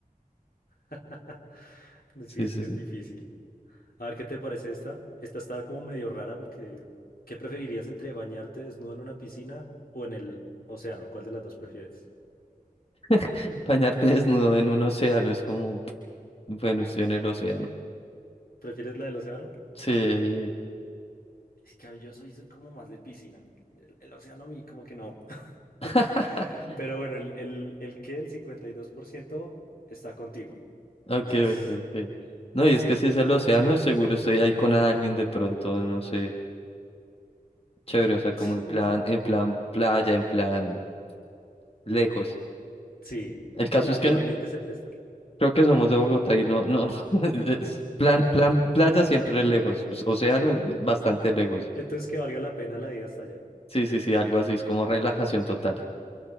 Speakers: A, on the left; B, on the left.
A: <laughs>
B: Sí,
A: Sí, es
B: sí,
A: que
B: sí.
A: es difícil. A ver, ¿qué te parece esta? Esta está como medio rara porque ¿qué preferirías entre bañarte desnudo en una piscina o en el océano? ¿Cuál de las dos prefieres?
B: <laughs> Bañarte desnudo en un océano es como, bueno, estoy en el océano.
A: ¿Prefieres la del océano?
B: Sí.
A: Es que yo soy, soy como más de piscina. El, el océano a mí como que no.
B: <laughs>
A: <laughs> Pero bueno, el, el, el que el 52% está contigo.
B: Ok,
A: Entonces,
B: ok, ok. No, y
A: está
B: es que si
A: bien.
B: es el océano, seguro estoy ahí con alguien de pronto, no sé. Chévere, o sea, como
A: Sí,
B: en plan,
A: es-
B: en plan playa, en plan lejos.
A: sí,
B: El
A: sí,
B: caso
A: el,
B: es que
A: el
B: no-
A: ambiente se presta.
B: creo que somos de Bogotá y no, no, <laughs> es plan, plan, playa siempre lejos, océano eh, bastante lejos.
A: Entonces, que valga la pena la ida hasta allá.
B: Sí, sí, sí, algo así, es como relajación total.